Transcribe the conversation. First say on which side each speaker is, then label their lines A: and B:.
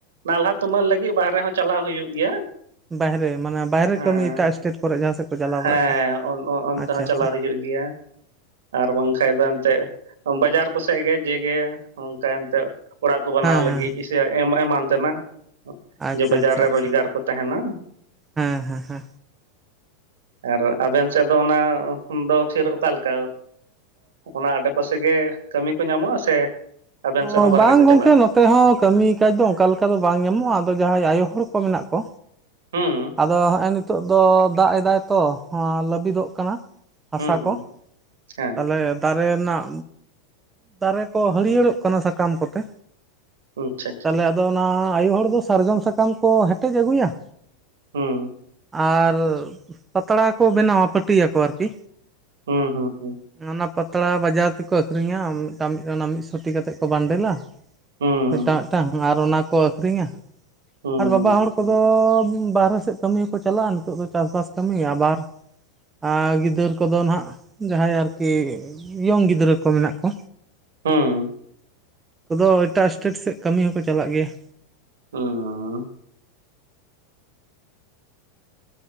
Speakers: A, on the right; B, on the right.
A: ᱱᱟᱞᱦᱟ ᱛᱩᱢᱟᱹᱞ ᱞᱟᱹᱜᱤᱫ ᱵᱟᱦᱨᱮ ᱦᱚᱸ ᱪᱟᱞᱟᱣ ᱦᱩᱭᱩᱜ ᱜᱮᱭᱟ᱾
B: ᱵᱟᱦᱨᱮ ᱢᱟᱱᱮ ᱵᱟᱭᱨᱮ
A: ᱦᱮᱸ
B: ᱠᱟᱹᱢᱤ ᱮᱴᱟᱜ ᱥᱴᱮᱴ ᱠᱚᱨᱮ ᱡᱟᱦᱟᱸ ᱥᱮᱫ ᱠᱚ ᱪᱟᱞᱟᱣ
A: ᱦᱮᱸ
B: ᱵᱟᱲᱟᱜ ᱠᱟᱱ,
A: ᱚᱱ ᱚ- ᱚᱱᱛᱮ
B: ᱟᱪᱪᱷᱟ
A: ᱦᱚᱸ ᱪᱟᱞᱟᱣ
B: ᱟᱪᱪᱷᱟ᱾
A: ᱦᱩᱭᱩᱜ ᱜᱮᱭᱟ ᱟᱨ ᱵᱟᱝ ᱠᱷᱟᱱ ᱫᱚ ᱮᱱᱛᱮᱫ ᱵᱟᱡᱟᱨ ᱠᱚᱥᱮᱫ ᱜᱮ ᱡᱮᱜᱮ ᱚᱱᱠᱟ ᱮᱱᱛᱮᱫ ᱚᱲᱟᱜ ᱠᱚ ᱵᱮᱱᱟᱣ
B: ᱦᱮᱸ
A: ᱞᱟᱹᱜᱤᱫ
B: ᱦᱮᱸ
A: ᱥᱮ ᱮ ᱮᱢᱟᱱ ᱛᱮᱱᱟᱜ᱾
B: ᱟᱪᱪᱷᱟ
A: ᱡᱮ ᱵᱟᱡᱟᱨ
B: ᱟᱪᱪᱷᱟ
A: ᱨᱮ
B: ᱟᱪᱪᱷᱟ
A: ᱨᱳᱡᱽᱜᱟᱨ ᱠᱚ ᱛᱟᱦᱮᱱᱟ
B: ᱦᱮᱸ ᱦᱮᱸ ᱦᱮᱸ
A: ᱟᱨ ᱟᱵᱮᱱ ᱥᱮᱫ ᱫᱚ, ᱚᱱᱟ ᱫᱚ ᱯᱷᱤᱨ ᱚᱠᱟᱞᱮᱠᱟ? ᱚᱱᱟ ᱯᱟᱥᱮ ᱜᱮ ᱠᱟᱹᱢᱤ ᱠᱚ ᱧᱟᱢᱚᱜᱼᱟ ᱥᱮ ᱟᱵᱮᱱ ᱥᱮᱫ
B: ᱚ
A: ᱦᱚᱸ ᱵᱟᱦᱨᱮ
B: ᱵᱟᱝ
A: ᱠᱚ
B: ᱜᱚᱝᱠᱮ
A: ᱪᱟᱞᱟᱜᱼᱟ
B: ᱱᱚᱛ ᱛᱮᱦᱚᱸ ᱠᱟᱹᱢᱤ ᱠᱟᱡᱽ ᱫᱚ ᱚᱱᱠᱟ ᱞᱮᱠᱟ ᱫᱚ ᱵᱟᱝ ᱧᱟᱢᱚᱜᱼᱟ ᱟᱫᱚ ᱡᱟᱦᱟᱸᱭ ᱟᱭᱳ ᱦᱚᱲ ᱠᱚ ᱢᱮᱱᱟᱜ ᱠᱚ
A: ᱦᱩᱸ
B: ᱟᱫᱚ ᱦᱚᱸᱜᱼᱚᱭ ᱱᱤᱛᱚᱜ ᱫᱚ ᱫᱟᱜ ᱮᱫᱟᱭ ᱛᱚ ᱞᱟᱹᱵᱤᱫᱚᱜ ᱠᱟᱱᱟ᱾ ᱦᱟᱥᱟ
A: ᱦᱩᱸ ᱦᱩᱸ
B: ᱠᱚ,
A: ᱦᱮᱸ
B: ᱛᱟᱞᱚᱦᱮ ᱫᱟᱨᱮ ᱨᱮᱱᱟᱜ ᱫᱟᱨᱮ ᱠᱚ ᱦᱟᱹᱨᱭᱟᱹᱲᱚᱜ ᱠᱳᱱᱳ ᱥᱟᱠᱟᱢ ᱠᱚᱛᱮ᱾
A: ᱟᱪᱪᱷᱟ ᱟᱪᱪᱷᱟ
B: ᱛᱟᱦᱚᱞᱮ ᱟᱫᱚ ᱚᱱᱟ ᱟᱭᱩ ᱦᱚᱲ ᱫᱚ ᱥᱟᱨᱡᱚᱢ ᱥᱟᱠᱟᱢ ᱠᱚ ᱦᱮᱴᱮᱡ ᱟᱹᱜᱩᱭᱟ᱾
A: ᱦᱩᱸ
B: ᱟᱨ ᱯᱟᱛᱲᱟ ᱠᱚ ᱵᱮᱱᱟᱣᱟ ᱯᱟᱹᱴᱤᱭᱟᱠᱚ ᱟᱨᱠᱤ?
A: ᱦᱩᱸ ᱦᱩᱸ ᱦᱩᱸ
B: ᱚᱱᱟ ᱯᱟᱛᱲᱟ ᱵᱟᱡᱟᱨ ᱛᱮᱠᱚ ᱟᱹᱷᱨᱤᱧᱟ ᱢᱤᱫᱴᱟᱝ ᱢᱤᱫ ᱥᱚ ᱴᱤ ᱠᱟᱛᱮᱜ ᱠᱚ ᱵᱟᱱᱰᱮᱞᱟ
A: ᱦᱩᱸ
B: ᱢᱤᱫᱴᱟᱝ ᱢᱤᱫᱴᱟᱝ ᱟᱨ ᱚᱱᱟ ᱠᱚ ᱟᱠᱷᱨᱤᱧᱟ
A: ᱦᱩᱸ
B: ᱵᱟᱵᱟ ᱦᱚᱲ ᱠᱚᱫᱚ ᱵᱟᱦᱨᱮ ᱥᱮᱫ ᱠᱟᱹᱢᱤ ᱦᱚᱸᱠᱚ ᱪᱟᱞᱟᱜᱼᱟ᱾ᱱᱤᱛᱚᱜ ᱫᱚ ᱪᱟᱥᱵᱟᱥ ᱠᱟᱹᱢᱤ᱾ ᱟᱵᱟᱨ ᱟᱨ ᱜᱤᱫᱟᱹᱨ ᱠᱚᱫᱚ ᱱᱟᱦᱟᱸᱜ ᱡᱟᱦᱟᱸᱭ ᱟᱨᱠᱤ ᱤᱭᱚᱝ ᱜᱤᱫᱽᱨᱟᱹ ᱠᱚ ᱢᱮᱱᱟᱜ ᱠᱚ
A: ᱦᱩᱸ
B: ᱠᱚᱫᱚ ᱮᱴᱟᱜ ᱤᱥᱴᱮᱴ ᱥᱮᱫ ᱠᱟᱹᱢᱤ ᱦᱚᱸᱠᱚ ᱪᱟᱞᱟᱜ ᱜᱮᱭᱟ᱾
A: <unintelligible>